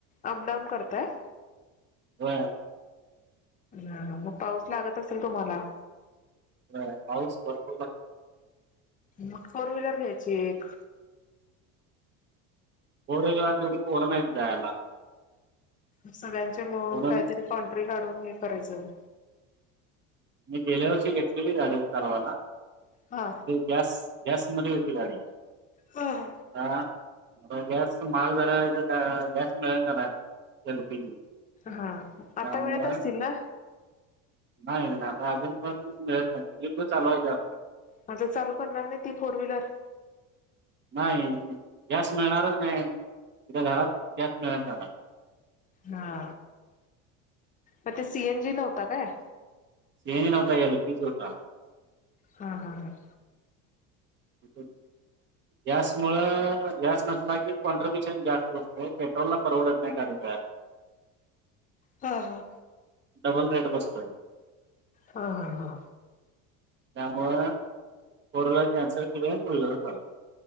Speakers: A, on the left; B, on the right.
A: अप डाऊन करताय.
B: ह
A: ह मग पाऊस लागत असेल तुम्हाला
B: पास पर्कत
A: मग फोर व्हीलर घ्यायची एक
B: परेलला तेवढी पोरोण नाही जायला
A: सगळ्यांच्या मुळून
B: म्हणून
A: काहीतरी पॉंट्री काढून घ करायचं
B: मी गेल्या वर्षी घेतलेली गाडी चालवाना
A: हा
B: गॅस गॅस म होती गाडी
A: हा
B: ह मता गॅस महाग झाला तर गॅस मिळ झालाय. एल पी जी
A: हा
B: त्यामुळं
A: आता वेळत असतील ना
B: नाही आता अजून पण भेत नाही तिकीट पण चालू आहेत.
A: आ चालू करणार नाही ती फोर व्हीलर
B: नाही गॅस मिळणारच नाही त घरात गॅस मिळ झाला
A: हा मग ते सीएन जी नव्हता काय
B: न दिनवतायल पीच होटा.
A: हा हा हा
B: ह गॅस मु गॅस नसला की कॉन्ट्रिब्युशन जास्त असत पेट्रोल ला परवडत नाही गाडी जा. <unintelligible>
A: हा हा
B: डबल रेड बसतोय.
A: हा हा हा
B: त्यामुं रला कॅन्सल केले त चाल